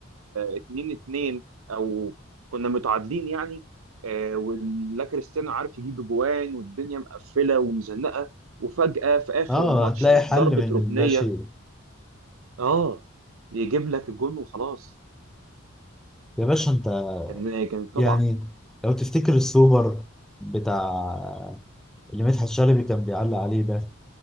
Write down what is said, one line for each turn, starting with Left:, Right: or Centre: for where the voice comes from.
Right: 2 2 او كنا متعادلين يعني آه، ولا كريستيانو عارف يجيب جوان والدنيا مقفله ومزنقه وفجاه في اخر
Centre: اه
Right: الماتش
Centre: هتلاقي
Right: في
Centre: حل
Right: ضربه
Centre: من
Right: ركنيه
Centre: اللا شيء
Right: اه يجيب لك الجون وخلاص
Centre: يا باشا انت
Right: كان كان طبعا
Centre: يعني لو تفتكر السوبر بتاع اللي مدحت شلبي كان بيعلق عليه ده